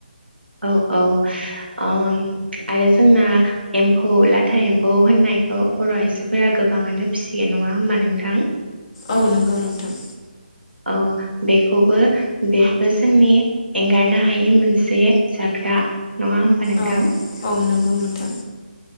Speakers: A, on the right (about 85°); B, on the left (about 25°).
A: औ औ ओ आरो जोंना एम्फौ लाथा एम्फौ होननायखौ बर आइजोफोरा गोबाङानो फिसियो नङा होमबा नोंथां
B: औ नंगौ नोंथां
A: औ बेखौबो बेबो जोंनि एंगारनो हायि मोनसे जाग्रा नङा होमबा नोंथां
B: औ औ नंगौ नोंथां